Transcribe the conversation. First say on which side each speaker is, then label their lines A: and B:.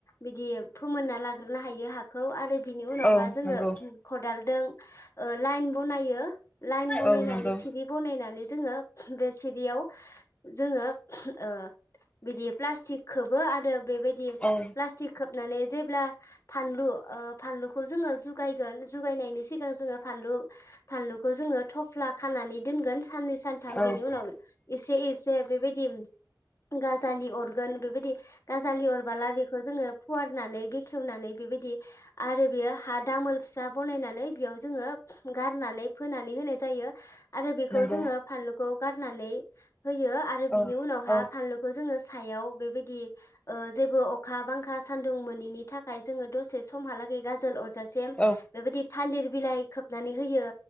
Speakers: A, on the left; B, on the left.
A: बिदि फोमोनना लाग्रोनो हायो हाखौ आरो बिनि उनावहा
B: औ
A: जोङो
B: नंगौ
A: खदालदों ओ लाइन बनायो। लाइन बनायनानै
B: औ नंगौ
A: सि सिरि बनायनानै जोङो बे सिरियाव जोङो ओ बिदि प्लास्टिक खोबो आरो बेबायदि
B: औ नंगौ औ
A: प्लास्टिक खोबनानै जेब्ला फानलु ओ फानलु खौ जोङो जुगायगोन जुगायनायनि सिगां जोङो फानलु फानलुखौ जोङो थफ्ला खानानै दोनगोन साननै सानथाम
B: औ
A: बिनि उनाव एसे एसे बेबायदि गाजालि अरगोन बेबायदि गाजालि अरबोला बेखौ जोङो फुवारनानै बेखेवनानै बेबायदि आरो बेयो हा दामोल फिसा बनायनानै बेयाव जोङो गारनानै फोनानै होनाय जायो। आरो बेखौ
B: नंगौ
A: जोङो फानलुखौ खौ गारनानै होयो आरो
B: औ
A: बिनि उनावहा
B: औ
A: फानलुखौ जोङो सायाव बेबायदि ओ जेबो अखा बांखा सान्दुं मोनिनि थाखाय जोङो दसे समहालागै गाजोल अ रजासिम
B: औ
A: बेबायदि थालिर बिलाइ खोबनानै होयो